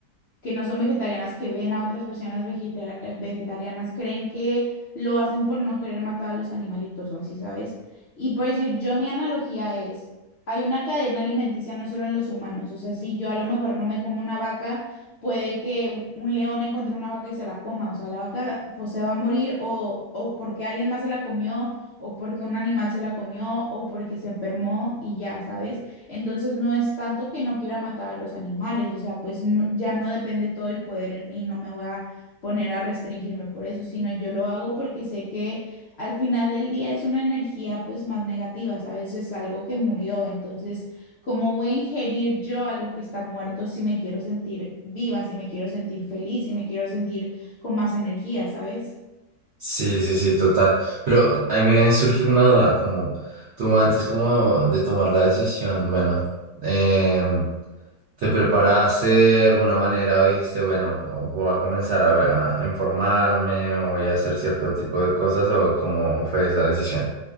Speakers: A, on the left; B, on the right.
A: que no son vegetarianas, que ven a otras personas vegeta- vegetarianas, creen que lo hacen por no querer matar a los animalitos o así, ¿sabes? Y por decir, yo mi analogía es, hay una cadena alimenticia no solo en los humanos, o sea, si yo a lo mejor no me como una vaca, puede que un un león encuentre una vaca y se la coma, o sea, la vaca pues se va a morir o, o porque alguien más se la comió, o porque un animal se la comió, o porque se enfermó y ya, ¿sabes? Entonces no es tanto que no quiera matar a los animales, o sea, pues no- ya no depende todo el poder en mí, no me voy a poner a restringirme por eso, sino yo lo hago porque sé que al final del día es una energía pues más negativa, ¿sabes? Es algo que murió, entonces, ¿cómo voy a ingerir yo algo que está muerto si me quiero sentir viva, si me quiero sentir feliz, si me quiero sentir con más energía, ¿sabes?
B: Sí, sí, sí, total. Pero a mí me surge una duda, como tú antes como de tomar la decisión, bueno, em, ¿te preparaste de alguna manera o dijiste, bueno, o- voy a comenzar a, ver- a a informarme o voy a hacer cierto tipo de cosas o cómo fue esa decisión?